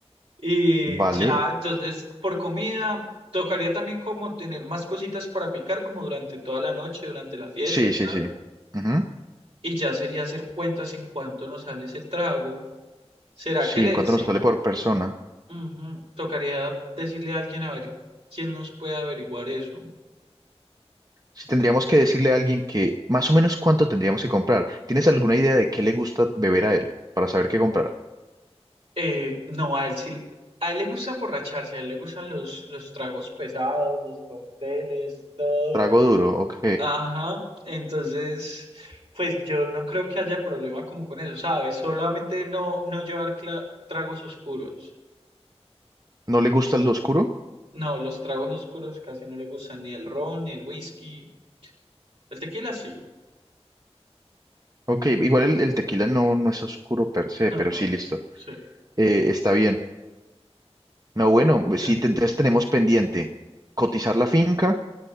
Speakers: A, on the right (about 65°); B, on the right (about 35°).
A: Y
B: Vale,
A: ya, entonces, por comida, tocaría también como tener más cositas para picar, como durante toda la noche, durante la fiesta
B: Sí,
A: y
B: sí,
A: tal.
B: sí. Ujú.
A: Y ya sería hacer cuentas en cuánto nos sale ese trago. ¿Será
B: Sí,
A: que le
B: en cuánto
A: decimos?
B: nos sale por persona.
A: Ujú, Tocaría decirle a alguien a ver quién nos puede averiguar eso.
B: Si tendríamos que decirle a alguien que más o menos cuánto tendríamos que comprar. ¿Tienes alguna idea de qué le gusta beber a él para saber qué comprar?
A: Eh, no, a él sí, a él le gusta emborracharse, a él le gustan los, los tragos pesados, los cócteles, todo.
B: Trago duro, ok.
A: Ajá, entonces, pues yo no creo que haya problema como con eso, ¿sabes? Solamente no, no llevar cla- tragos oscuros.
B: ¿No le gusta el oscuro?
A: No, los tragos oscuros casi no le gustan, ni el ron, ni el whisky. El tequila sí.
B: Ok, igual el, el tequila no, no es oscuro per se,
A: No,
B: pero
A: no,
B: sí, listo.
A: sí.
B: Eh, está bien. No, bueno, sí,
A: sí.
B: te- entonces tenemos pendiente cotizar la finca.